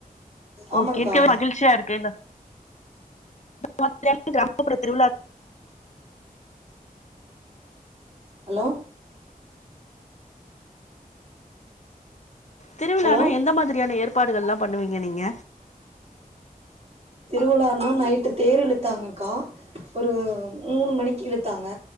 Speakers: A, on the right (about 40°); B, on the left (about 50°).
A: ஆமாங்க்கா
B: ஓக்கே மிக்க மகிழ்ச்சியா இருக்கு இந்த மத் <inaudible> கிராமப்புற திருவிழாக்
A: ஹலோ
B: திருவிழானா
A: ஹலோ
B: எந்த மாதிரியான ஏற்பாடுகள்லா பண்ணுவீங்க நீங்க
A: திருவிழானா நைட்டு தேர் இழுத்தாங்கக்கா ஒரு மூணு மணிக்கு இழுத்தாங்க